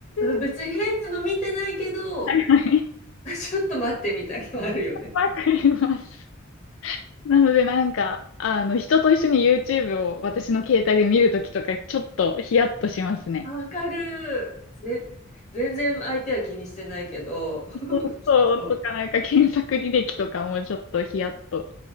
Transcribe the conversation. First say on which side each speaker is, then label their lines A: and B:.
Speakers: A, on the left; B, on the left.
A: 別に変なの見てないけど、
B: ます。はいはい。
A: <laughs> ちょっと待ってみたいのあるよね。
B: わかります。なのでなんか、あの、人と一緒に YouTube を私の携帯で見るときとか、ちょっとヒヤッとしますね。
A: あ、わかる。ぜ、全然相手は気にしてないけど、
B: そうそうとか、
A: <laughs>
B: なんか検索履歴とかもちょっとヒヤッと。